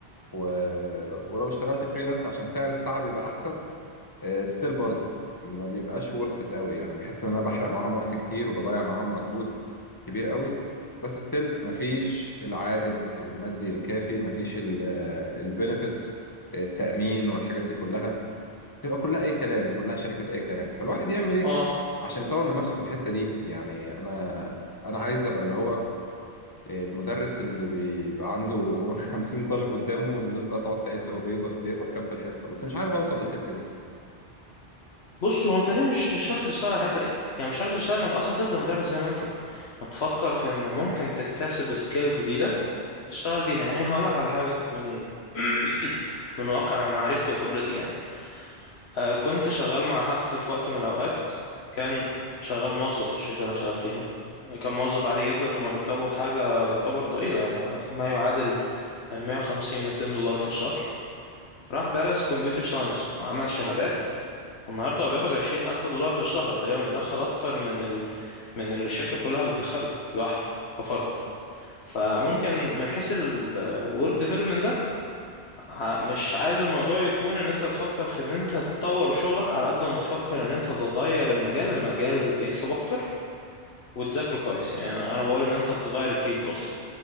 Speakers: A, on the left; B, on the left.
A: و... ولو اشتغلت فريلانس عشان سعر الساعه بيبقى احسن ستيل برضو ما بيبقاش worth it قوي يعني بحس ان انا بحرق معاهم وقت كتير وبضيع معاهم مجهود كبير قوي بس ستيل ما فيش العائد المادي الكافي ما فيش البنفيتس التأمين والحاجات دي كلها تبقى كلها اي كلام وكلها شركات اي كلام فالواحد يعمل ايه
B: اه
A: عشان يطور من نفسه في الحتة دي يعني انا انا عايز ابقى اللي هو المدرس اللي بيبقى عنده <laughs> 50 طالب قدامه والناس بقى تقعد تعد هو بيقبض بيقبض كام في الحصة بس مش عارف اوصل للحتة دي
B: بص هو انت ليه مش مش شرط تشتغل على الحتة دي يعني مش شرط تشتغل انك اصلا تفضل مدرس زي ما انت ما تفكر في ان ممكن تكتسب سكيل جديدة تشتغل بيها يعني هقول لك على حاجة من <coughs> <clears throat> من واقع معرفتي وخبرتي يعني آه، كنت شغال مع حد في وقت من الأوقات كان شغال موظف في الشركة اللي أنا شغال فيها كان موظف عادي جدا ومرتبه حاجة يعتبر ضئيلة يعني ما يعادل 150 200 دولار في الشهر راح درس كمبيوتر ساينس وعمل شهادات والنهاردة هو بياخد 20 ألف دولار في الشهر هو تقريبا بيدخل أكتر من ال... من اللي الشركة كلها بتدخله لوحده كفرد فممكن من حيث الورك ديفلوبمنت ع- مش عايز الموضوع يكون ان انت تفكر في ان انت تطور شغلك على قد ما تفكر ان انت تغير المجال لمجال بيكسب اكتر وتذاكره كويس يعني انا بقول ان انت تغير الفيلد اصلا